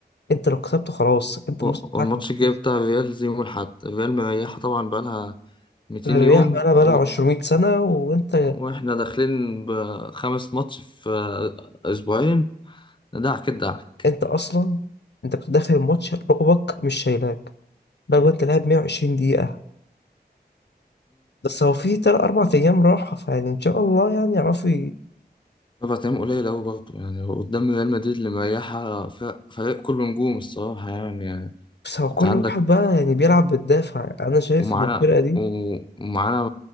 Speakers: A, on the left; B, on the left.
A: انت لو كسبته خلاص انت
B: و-
A: الموسم بتاعك
B: والماتش
A: محفوظ
B: الجاي بتاع الريال زي يوم الأحد الريال مريحة طبعا بقالها 200
A: الرياح
B: يوم
A: بقى بقى
B: و...
A: 200 سنة وانت
B: واحنا داخلين بخمس ماتش في أسبوعين دعك الدعك
A: انت اصلا انت كنت داخل الماتش ركبك مش شايلاك بقى انت لاعب 120 دقيقة بس هو في تلات أربع أيام راحة فيعني إن شاء الله يعني يعرفوا
B: أربع أيام قليل أوي برضه يعني هو قدام ريال مدريد اللي مريحة فرق, فريق كله نجوم الصراحة يعني, يعني
A: بس هو كل
B: أنت عندك
A: واحد بقى يعني بيلعب بالدافع انا شايف
B: ومعانا
A: ان الفرقه دي
B: و- ومعانا